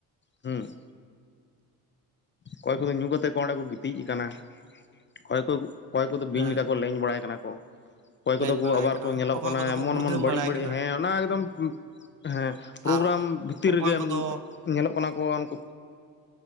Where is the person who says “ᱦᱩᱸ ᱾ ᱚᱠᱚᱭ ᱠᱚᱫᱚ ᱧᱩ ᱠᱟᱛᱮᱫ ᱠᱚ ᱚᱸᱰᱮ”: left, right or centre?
Left